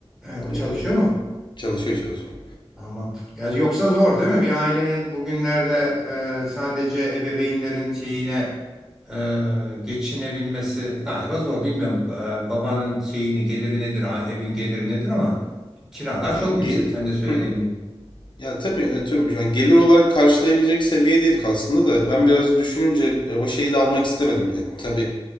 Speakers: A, in the centre; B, on the left (about 50°).
A: Ee, o
B: E,
A: çalışıyor mu?
B: çalışıyor çalışıyor.
A: Tamam. Ya yoksa zor değil mi? Bir ailenin bugünlerde e, sadece ebeveynlerin şeyine e, geçinebilmesi galiba zor. Bilmiyorum e, babanın şeyini geliri nedir, a- evin geliri nedir ama kiralar
B: Ya
A: çok yüksek.
B: gel
A: Sen de söylediğin
B: <laughs>
A: gibi.
B: Ya tabii atıyorum yani gelir olarak karşılayabilecek seviyedeydik aslında da ben
A: Evet,
B: biraz düşününce e, o şeyi de almak istemedim. E, tabii